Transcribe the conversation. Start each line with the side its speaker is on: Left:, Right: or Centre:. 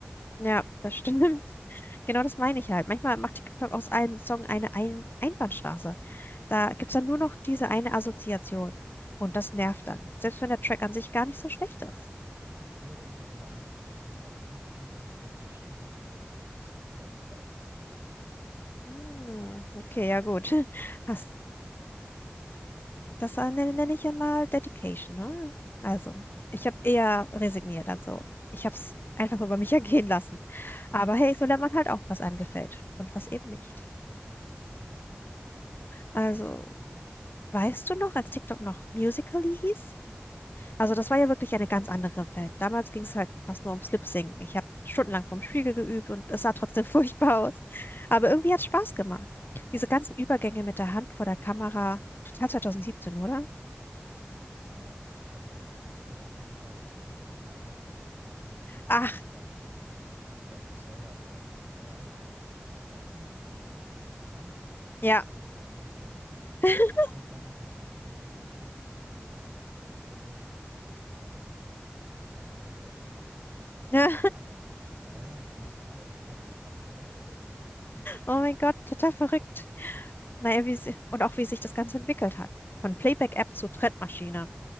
Left: Ja, das stimmt. <laughs> Genau das meine ich halt. Manchmal macht TikTok aus einem Song eine ein Einbahnstraße. Da gibt es dann nur noch diese eine Assoziation. Und das nervt dann. Selbst wenn der Track an sich gar nicht so schlecht ist.
Right: Ich habe irgendwann sogar angefangen, bewusst auf nicht interessiert zu klicken, damit der Algorithmus mich wieder lieb hat. <laughs>
Left: Hm, okay, ja gut. <laughs> Hast, das äh, nenne, nenne ich ja mal Dedication, ne? Also,
Right: Ja,
Left: ich habe eher resigniert, also ich habe es einfach über mich <laughs> ergehen lassen.
Right: mm.
Left: Aber hey, so lernt man halt auch, was einem gefällt und was eben nicht.
Right: aber ja, das
Left: Also,
Right: stimmt.
Left: weißt du noch, als TikTok noch Musical.ly hieß? Also, das war ja wirklich eine ganz andere Welt. Damals ging es halt fast nur ums Lip-Singen. Ich habe stundenlang vorm Spiegel geübt und es sah trotzdem <laughs> furchtbar aus. Aber irgendwie hat es Spaß gemacht. Diese ganzen Übergänge mit der Hand vor der Kamera, total 2017, oder?
Right: Mein Gott, ja, ich hatte, ich hatte sogar so ein richtig peinliches, peinliches Video
Left: Ach,
Right: zu Crank That, ne? Von Soulja Boy. Ja, ja, ja. Weißt du noch diesen Move mit den Armen? Ich dachte, ich
Left: ja.
Right: wäre der König von Musical.ly. <laughs>
Left: <laughs>
Right: Und dann habe ich es hochgeladen und ungelogen nach zwei Minuten wieder gelöscht, weil ich gemerkt habe, nein, nein, du bist einfach nur schlecht im Takt. Äh, äh, schau
Left: Ja.
Right: dir mal die anderen an. Aber hey, wir mussten alle irgendwo <laughs> anfangen, oder?
Left: Oh mein Gott, total verrückt.
Right: Ja.
Left: Naja, wie sie, und auch wie sich das Ganze entwickelt hat. Von Playback-App
Right: Oh ja,
Left: zu Trendmaschine.